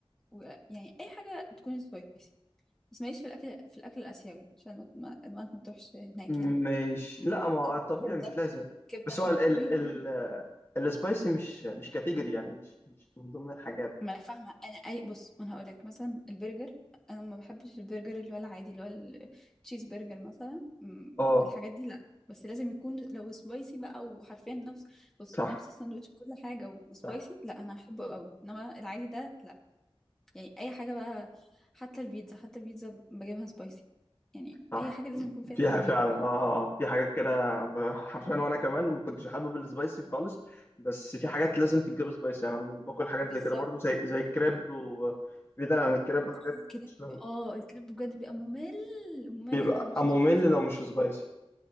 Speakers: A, in the centre; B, on the left.
A: ويعني أي حاجة تكون سبايسي بس ماليش في الأكل في الأكل الآسيوي عشان ما ما- دماغك ما تروحش هناك
B: مش
A: يعني
B: لا
A: ممكن
B: ما هو الطبيعي
A: كبدة
B: مش لازم
A: كبدة
B: بس
A: حلوة
B: هو ال
A: قوي
B: ال ال السبايسي مش مش كاتيجوري يعني مش مش من ضمن الحاجات
A: ما انا فاهمه انا اي بص انا هقول لك مثلا البرجر انا ما بحبش البرجر اللي هو العادي اللي هو التشيز برجر مثلا أمم،
B: اه
A: الحاجات دي لا بس لازم يكون لو سبايسي بقى وحرفيا نفس بص
B: صح
A: نفس الساندوتش كل حاجه وسبايسي
B: صح
A: لا انا هحبه قوي انما العادي ده لا يعني اي حاجه بقى حتى البيتزا حتى البيتزا بجيبها سبايسي يعني
B: صح
A: اي حاجه لازم يكون فيها
B: في
A: هالوبينو
B: ح- فعلا اه اه آه. في حاجات كده ب- حرفيا وانا كمان ما كنتش حابب السبايسي خالص بس في حاجات لازم تتجاب سبايسي انا باكل حاجات
A: بالظبط
B: زي كده برضو زي زي الكريب وبعيدا عن الكريب وحاجات
A: الكريب
B: مش-
A: اه الكريب بجد بيبقى ممل ممل
B: بيبقى
A: لو مش
B: ممل
A: سبايسي
B: لو مش سبايسي